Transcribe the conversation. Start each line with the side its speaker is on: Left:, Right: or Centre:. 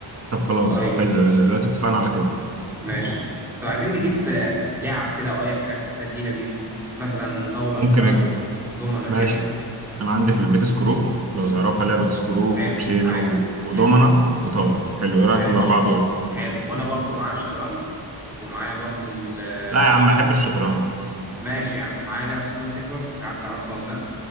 Right: طب خلاص
Centre: طيب
Right: طب حلو دلوقتي اتفقنا على كده
Centre: ماشي طب عايزين نجيب آه، لعب كده او اي حاجات نسلينا بيها مثلا طاوله
Right: ممكن
Centre: شطرنج
Right: أج...
Centre: دومنه
Right: ماشي
Centre: كده
Right: انا عندي في البيت سكرو لو تعرفها لعبه سكرو وكوتشينه
Centre: حلو عارف
Right: و... ودومنه
Centre: امم
Right: وطاوله حلو ايه رايك
Centre: ماشي
Right: في الاربعه دول
Centre: حلو وانا برضه معايا شطرنج ومعايا برضه ال- آه،
Right: لا يا عم
Centre: لعبة.
Right: بحب الشطرنج
Centre: ماشي يا عم معايا لعبه اسمها سيكونس مش عارف تعرفها ولا لا